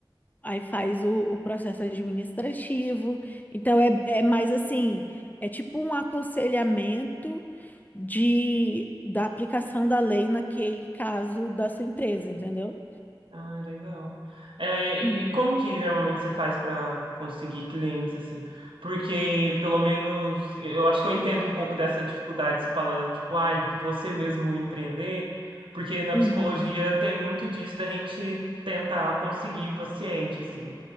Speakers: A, on the left (about 20°); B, on the right (about 85°).
A: aí faz o, o processo administrativo. Então é, é mais assim, é tipo um aconselhamento de, da aplicação da lei naquele caso da sua empresa, entendeu?
B: Ah, legal. É, e,
A: Uhum,
B: e como que normalmente você faz para conseguir clientes assim? Porque pelo menos eu acho que eu entendo um pouco dessa dificuldade. Você fala tipo, ah, de você mesmo empreender, porque na
A: uhum,
B: psicologia tem muito disso da gente tentar conseguir paciente assim.